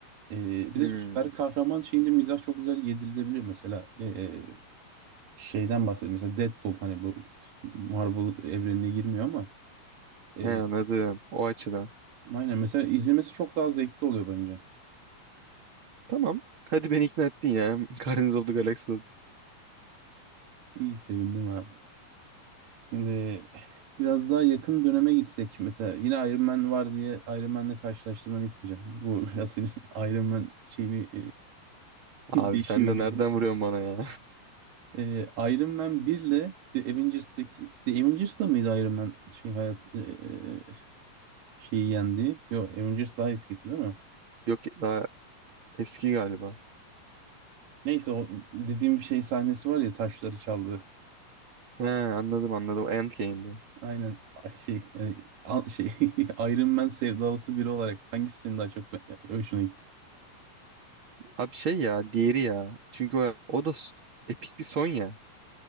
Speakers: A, on the right; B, on the right.
A: Ee, bir
B: Hmm,
A: de süper kahraman şeyinde mizah çok güzel yedirilebiliyor. Mesela ee, şeyden bahsedeyim. Mesela Deadpool hani bu Marvel evrenine girmiyor ama e,
B: he anladım. O açıdan.
A: Aynen mesela izlemesi çok daha zevkli oluyor bence.
B: Tamam. Hadi beni ikna ettin ya. <laughs> Guardians of the Galaxy olsun.
A: İyi sevindim abi. Şimdi biraz daha yakın döneme gitsek mesela yine Iron Man var diye Iron Man'le karşılaştırmanı isteyeceğim. Bu biraz senin <laughs> Iron Man şeyini e,
B: Abi
A: <laughs> değişiyor
B: sen de
A: gibi.
B: nereden vuruyorsun bana ya?
A: E, Iron Man 1 ile The Avengers'daki The Avengers'da mıydı Iron Man şey hayat e, e, şeyi yendi? Yok Avengers daha eskisi değil mi?
B: <laughs> Yok daha eski galiba.
A: Neyse o dediğim şey sahnesi var ya taşları çaldı.
B: He, anladım anladım. Endgame'de.
A: Aynen Ay, şey yani, al- şey <laughs> Iron Man sevdalısı biri olarak hangisi senin daha çok be- hoşuna gitti?
B: Abi şey ya diğeri ya. Çünkü o, o da s- epik bir son ya.